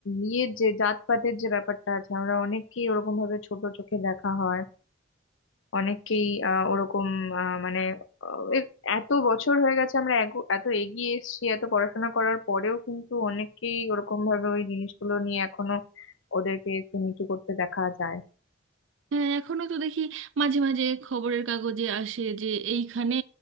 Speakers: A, on the left (about 70°); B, on the right (about 65°).
A: ইয়ের যে জাতপাতের যে ব্যাপারটা আছে আমরা অনেককেই ওরকম ভাবে ছোট চোখে দেখা হয় অনেককেই আহ ওরকম আহ মানে আহ, এই এত বছর হয়ে গেছে আমরা এগো- এত এগিয়ে এসেছি এত পড়াশোনা করার পরেও কিন্তু অনেককেই ওরকম ভাবে ওই জিনিসগুলো নিয়ে এখনো ওদেরকে একটু নিচু করতে দেখা যায়
B: হ্যাঁ এখনো তো দেখি মাঝে মাঝে খবরের কাগজে আসে যে এইখানে